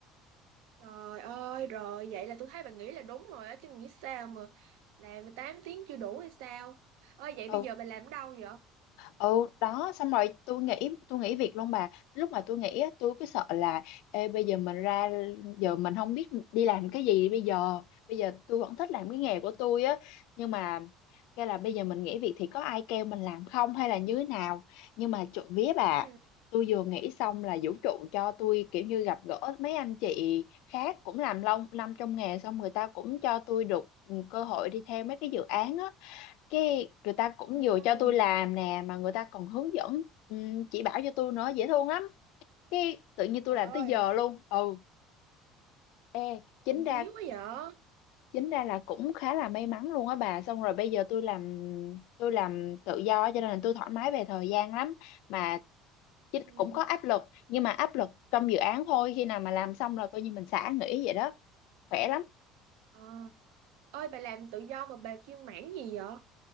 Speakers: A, on the right (about 80°); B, on the left (about 75°).
A: Trời ơi, rồi vậy là tôi thấy bạn nghĩ là đúng rồi á, chứ nghĩ sao mà làm tám tiếng chưa đủ hay sao? Ơi vậy
B: Ừ.
A: bây giờ bà làm ở đâu vậy?
B: ừ đó xong rồi tôi nghĩ tôi nghĩ việc luôn bà lúc mà tôi nghĩ á, tôi cứ sợ là Ê, bây giờ mình ra giờ mình không biết đi làm cái gì bây giờ bây giờ tôi vẫn thích làm cái nghề của tôi á nhưng mà cái là bây giờ mình nghỉ việc thì có ai kêu mình làm không hay là như thế nào nhưng mà trộm vía bà
A: Ừ.
B: tôi vừa nghĩ xong là vũ trụ cho tôi kiểu như gặp gỡ mấy anh chị khác cũng làm lâu năm trong nghề xong người ta cũng cho tôi được ừ, cơ hội đi theo mấy cái dự án á cái người ta cũng
A: Ừ.
B: vừa cho tôi làm nè mà người ta còn hướng dẫn ừm, chỉ bảo cho tôi nữa dễ thương lắm cái tự nhiên tôi
A: Trời
B: làm
A: ơi,
B: tới giờ luôn ừ ê chính
A: trộm vía
B: ra
A: quá vậy.
B: chính ra là cũng khá là may mắn luôn á bà xong rồi bây giờ tôi làm tôi làm tự do cho nên là tôi thoải mái về thời gian lắm mà chính
A: Ừ.
B: cũng có áp lực nhưng mà áp lực trong dự án thôi khi nào mà làm xong rồi coi như mình xả nghỉ vậy đó khỏe lắm
A: À. Ơi bà làm tự do mà bà chuyên mảng gì vậy?